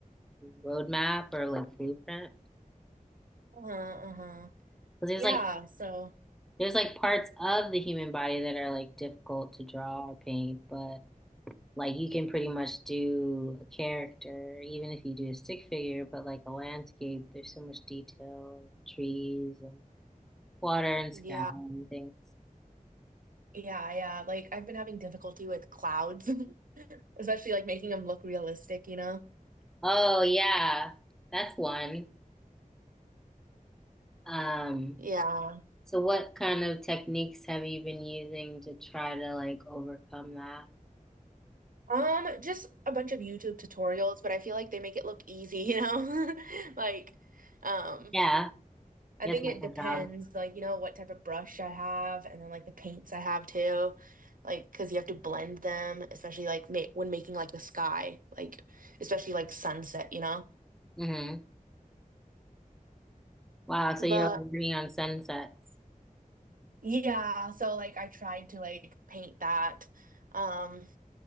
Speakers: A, in the centre; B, on the right.
A: roadmap or like blueprint.
B: Uh-huh, uh-huh.
A: 'Cause there's
B: Yeah,
A: like
B: so
A: there's like parts of the human body that are like difficult to draw or paint, but like you can pretty much do a character, even if you do a stick figure, but like a landscape, there's so much detail trees and water and
B: yeah.
A: sky and things.
B: Yeah, yeah, like, I've been having difficulty with clouds, <laughs> especially, like, making them look realistic, you know?
A: Oh yeah, that's one. Um
B: Yeah.
A: So what kind of techniques have you been using to try to like overcome that?
B: Um, just a bunch of YouTube tutorials, but I feel like they make it look easy, you know? <laughs> Like, um
A: Yeah,
B: I
A: yes,
B: think
A: that's
B: it
A: my
B: depends,
A: job.
B: like, you know, what type of brush I have and then like the paints I have too. Like, because you have to blend them, especially like ma when making like the sky, like, especially like sunset, you know?
A: hmm Wow, so
B: But
A: you're <laughs> like working on sunsets.
B: yeah, so like I tried to like paint that. Um,